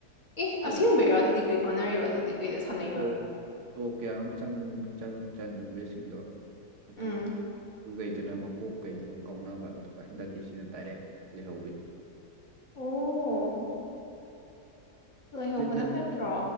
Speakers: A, on the left; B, on the right.
A: ꯑꯦ
B: ꯇꯣꯞ
A: ꯑꯁꯦꯡꯕꯩꯔꯥ ꯑꯗꯨꯗꯤ ꯀꯩ ꯀꯥꯟꯅꯔꯤꯕ
B: ꯑ
A: ꯑꯗꯨꯗꯤ ꯀꯩꯗ ꯁꯥꯟꯅꯩꯕ
B: ꯇꯣꯞ ꯇꯣꯞ ꯀꯌꯥꯔꯣꯝ ꯆꯟ ꯆꯟ ꯆꯟꯕꯁꯤꯡꯗꯣ ꯑꯗꯣ
A: ꯎꯝ
B: ꯇꯨ ꯒꯩꯗꯨꯅ ꯃꯀꯣꯛ ꯀꯩꯗꯨꯒ ꯀꯥꯎꯅꯕ ꯑꯗꯨꯒ ꯍꯟꯗꯛꯀꯤꯁꯤꯅ ꯗꯥꯏꯔꯦꯛ ꯂꯩꯍꯧꯕꯤ
A: ꯑꯣ ꯂꯩꯍꯧꯕꯅ
B: ꯑꯗꯨꯅ
A: ꯐꯠꯇ꯭ꯔꯣ